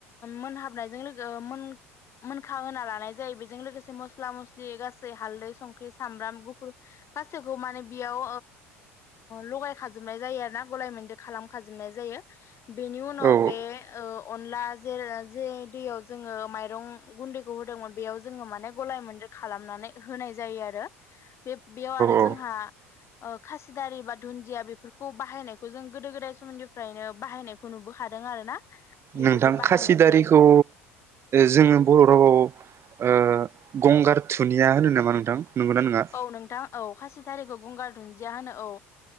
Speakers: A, on the left; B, on the right.
A: मोनहाबनायजों लोगो मोन मोनखां होना लानाय जायो बेजों लोगोसे मस्ला मस्लि गासै हालदै संख्रि सामब्राम गुफुर गासैखौ माने बेयाव लगाय खाजोबनाय जायो आरो ना गलाय मदेर खालामखाजोबनाय जायो बेनि उनाव
B: औ
A: बे अनला जेर जे दैयाव जोङो माइरं गुन्दैखौ होदोंमोन बेयाव जोङो माने गलाय मोनदेर खालामनानै होनाय जायो आरो बे बेयाव आरो
B: औ
A: जोंहा खासिदारि बा दुन्दिया बेफोरखौ बाहायनायखौ जों गोदो गोदाय सोमोन्दो <unintelligible> फ्रायनो बाहायनायखौ नुबोखादों आरो ना बेफोरदि
B: नोंथां
A: बाहायनाय
B: खासिदारिखौ
A: जायो
B: जोङो बर' रावाव ओ गंगार थुनिया होनो नामा नोंथां नंगौना नङा?
A: औ नोंथां औ खासि थारिखौ गंगार दुन्दिया होनो औ